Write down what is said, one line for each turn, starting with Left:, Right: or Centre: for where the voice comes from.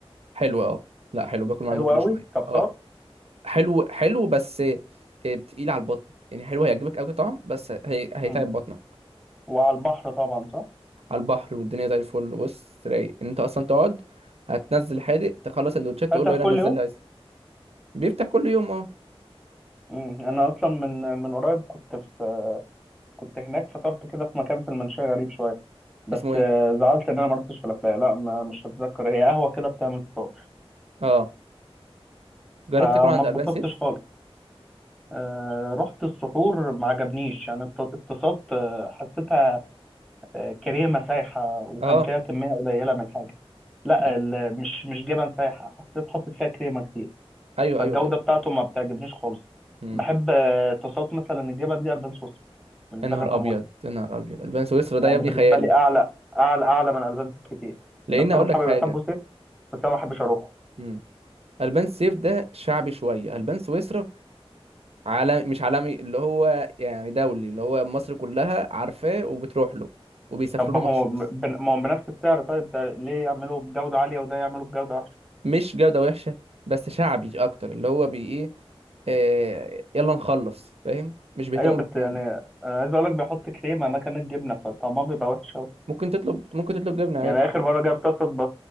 Right: حلو اه لا حلو باكل من
Centre: حلو
Right: عنده كل
Centre: قوي
Right: شويه
Centre: كفطار
Right: اه حلو حلو بس آه، تقيل على البطن يعني حلو هيعجبك قوي طعم بس هي... هيتعب
Centre: مم.
Right: بطنك
Centre: وعلى البحر طبعا صح
Right: على البحر والدنيا زي الفل بص رايق إن انت اصلا تقعد هتنزل حادق تخلص سندوتشات
Centre: فاتح
Right: تقول له يلا
Centre: كل
Right: نزل
Centre: يوم
Right: لي ايس بيفتح كل يوم اه
Centre: مم. انا اصلا من من قريب كنت في كنت هناك فطرت كده في مكان في المنشية غريب شوية بس
Right: اسمه ايه
Centre: آه، زعلت ان انا ما رحتش فلافل لا ما مش هتذكر هي قهوة كده بتعمل فطار
Right: اه جربت
Centre: فما
Right: تاكل عند
Centre: اتبسطتش
Right: البان سيف
Centre: خالص آه، رحت السحور ما عجبنيش يعني ات- اتبسطت آه، حسيتها آه، كريمة سايحة وكان
Right: اه
Centre: فيها كمية قليلة من الحاجة لا
Right: انت-
Centre: ال- مش مش جبن سايحة حسيت حاطط فيها كريمة كتير
Right: ايوه
Centre: فالجودة
Right: ايوه
Centre: بتاعته ما بتعجبنيش خالص
Right: ايوه
Centre: بحب آه، طاسات مثلا الجبن دي ألبان سويسرا بالنسبة
Right: يا نهار
Centre: لي رقم
Right: ابيض
Centre: واحد
Right: يا نهار ابيض البان سويسرا ده
Centre: يعني
Right: يا ابني
Centre: بالنسبة
Right: خيالي
Centre: لي أعلى أعلى أعلى من ألبان سويسرا كتير
Right: لان
Centre: بس
Right: اقول
Centre: أنا أصحابي
Right: لك حاجه
Centre: بيحبوا سيف بس أنا ما بحبش أروحه
Right: امم البان سيف ده شعبي شويه البان سويسرا عالم مش عالمي اللي هو يعني دولي اللي هو مصر كلها عارفاه وبتروح له وبيسافروا
Centre: طب ما
Right: له مخصوص
Centre: هو بن- ما هو بنفس السعر طيب ده ليه يعملوا بجودة عالية وده يعملوا بجودة وحشة
Right: مش جوده وحشه بس شعبي اكتر اللي هو بي ايه آه يلا نخلص فاهم مش بيهتموا
Centre: أيوه بس
Right: ب...
Centre: يعني أنا عايز أقول لك بيحط كريمة مكان الجبنة فطعمها بيبقى وحش أوي
Right: ممكن تطلب ممكن تطلب جبنه عادي
Centre: يعني آخر مرة جايب طاسة ب...